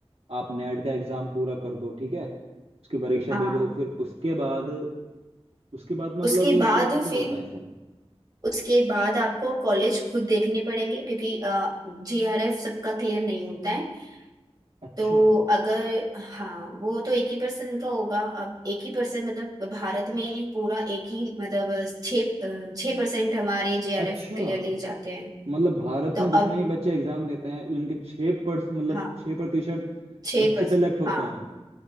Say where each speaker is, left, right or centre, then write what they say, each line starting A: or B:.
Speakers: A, on the right; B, on the right.
A: आप नेट का एग्जाम पूरा कर दो ठीक है उसकी परीक्षा
B: हाँ
A: दे दो फिर उसके बाद उसके बाद मतलब
B: उसके बाद
A: कोई क्या
B: फिर
A: होता है सर
B: उसके बाद आपको कॉलेज खुद देखने पड़ेंगे क्योंकि जेआरएफ सबका क्लियर नहीं होता है
A: अच्छा
B: तो अगर हाँ वो तो एक ही पर्सन का होगा अब एक ही पर्सन मतलब भारत में पूरा एक ही मतलब छः छः परसेंट हमारे जेआरएफ
A: अच्छा
B: क्लियर ले जाते हैं
A: मतलब भारत
B: तो
A: में
B: अब
A: जितने ही बच्चे एग्जाम देते हैं उनके छः पर्स मतलब
B: हाँ,
A: छः प्रतिशत
B: छह
A: बच्चे
B: पर
A: सेलेक्ट होते
B: हाँ
A: हैं